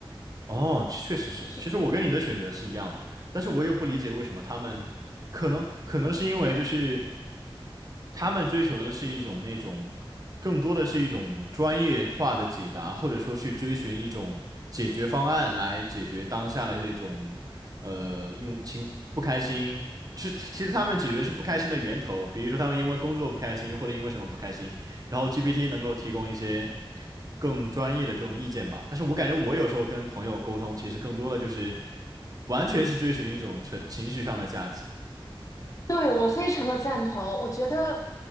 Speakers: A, on the right (about 40°); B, on the left (about 35°).
A: 哦，确实是。
B: 去。
A: 其实我跟你的选择是一样的，但是我又不理解为什么他们，可能可能是因为就是他们追求的是一种那种，更多的是一种专业化的解答，或者说去追寻一种解决方案来解决当下的这种，呃，因为情不开心。是，其实他们解决的是不开心的源头，比如说他们因为工作不开心，或者因为什么不开心，然后 GPT 能够提供一些。更专业的这种意见吧。但是我感觉我有时候跟朋友沟通，其实更多的就是完全是追寻一种纯情绪上的价值。
B: 对，我非常的赞同。我觉得，